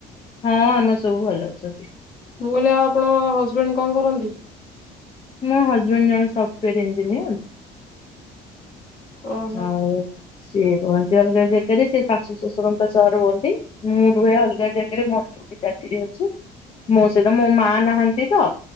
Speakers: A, on the left; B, on the left.
A: ହଁ ଆମର ସବୁ ଭଲ ଅଛନ୍ତି।
B: ମୁଁ କହିଲି ଆଉ ଆପଣ ହଜବେଣ୍ଡ କଣ କରନ୍ତି?
A: ମୋ ହଜବେଣ୍ଡ ଜଣେ ସଫ୍ଟୱୋର୍ ଇଞ୍ଜିନିୟର।
B: ଓହୋ
A: ଆଉ ସିଏ ରୁହନ୍ତି ଅଲଗା ଜାଗକାରେ ସେ ଶାଶୁ ଶ୍ୱଶୁରଙ୍କ ସହରେ ରୁହନ୍ତି। ମୁଁ ରୁହେ ଅଲ ଗା ଜାଗାରେ ମୋର ଟିକେ ଚାକିରି ଅଛି। ମୋ ସହିତ ମୋ ମା ନାହାନ୍ତି ତ